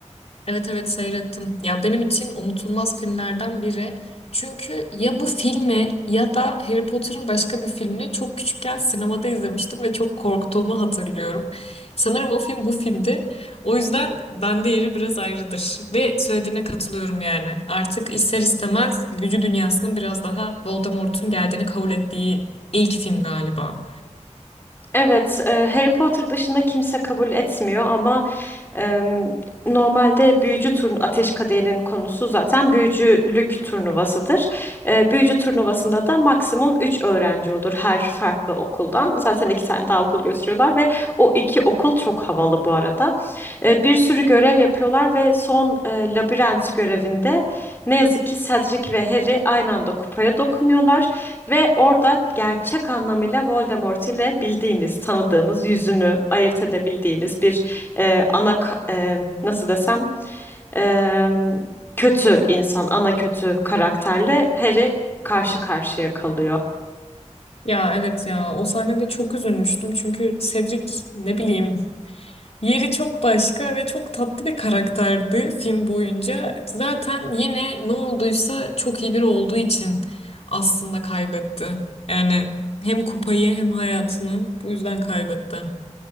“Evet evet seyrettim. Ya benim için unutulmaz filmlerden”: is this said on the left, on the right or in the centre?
Left